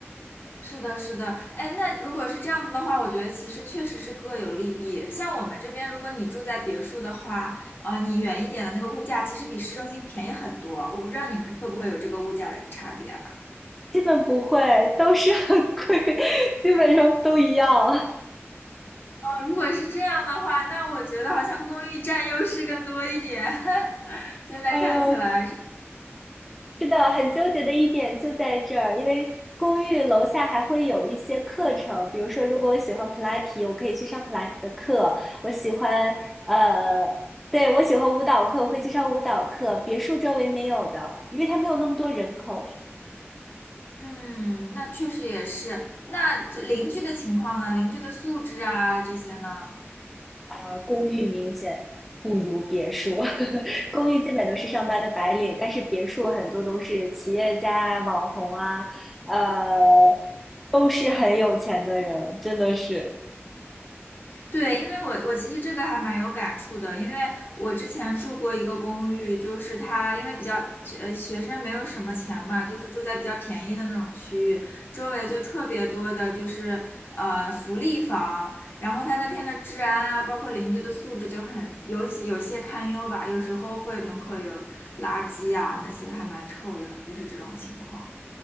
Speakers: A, on the left; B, in the centre.
A: 是的，是的，哎，那如果是这样子的话，我觉得其实确实是各有利弊。像我们这边，如果你住在别墅的话，呃，你远一点的那个物价其实比市中心便宜很多。我不知道你们会不会有这个物价的差别啊？
B: 基本不会，都是很贵，<laughs> 基本上都一样。
A: 哦如果是这样的话，那我觉得好像公寓占优势更多一点。<laughs> 现在看起来是，
B: <laughs> 哎呦，是的，很纠结的一点就在这儿，因为公寓楼下还会有一些课程，比如说，如果我喜欢普拉提，我可以去上普拉提的课；我喜欢呃，对，我喜欢舞蹈课，我会去上舞蹈课。别墅周围没有的，因为它没有那么多人口
A: 嗯，那确实也是。那这邻居的情况呢？邻居的素质啊，这些呢？
B: 啊，公寓明显不如别墅，<laughs> 公寓基本都是上班的白领，但是别墅很多都是企业家啊网红啊，呃，都是很有钱的人，真的是。
A: 对，因为我我其实这个还蛮有感触的，因为我之前住过一个公寓，就是它因为比较呃学生没有什么钱嘛，就是住在比较便宜的那种区域，周围就特别多的就是呃福利房，然后它那片的治安啊，包括邻居的素质就很有有些堪忧吧，有时候会门口有垃圾啊那些还蛮臭的，就是这种情况。